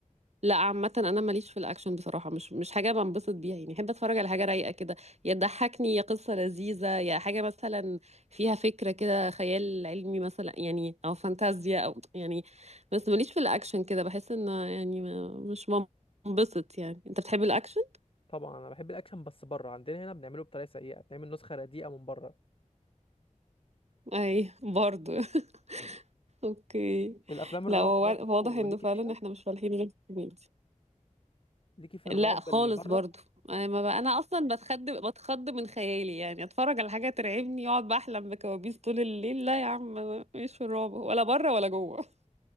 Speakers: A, on the right; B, on the left.
A: لا عامة أنا ماليش في الأكشن بصراحة مش مش حاجة بنبسط بيها يعني أحب أتفرج على حاجة رايقة كده يا تضحكني يا قصة لذيذة يا حاجة مثلا فيها فكرة كده خيال علمي مثلا يعني أو فانتازيا أو يعني بس ماليش في الأكشن كده بحس إن يعني ما- مش بنبسط يعني أنت بتحب الأكشن؟
B: طبعا انا بحب الاكشن بس بره عندنا هنا بنعمله بطريقه سيئه بنعمل نسخه رديئه من بره
A: أي برضو <laughs> أوكي
B: الافلام الرعب
A: لا هو
B: برضو
A: وا- واضح إنه
B: ليكي
A: فعلا
B: فيها
A: إحنا مش فالحين غير في الكوميديا
B: ليكي في الرعب
A: لا خالص
B: اللي بره
A: برضو انا ما بقى انا اصلا بتخض بتخض من خيالي يعني اتفرج على حاجه ترعبني يقعد بحلم بكوابيس طول الليل لا يا عم أنا مش في الرعب ولا بره ولا جوه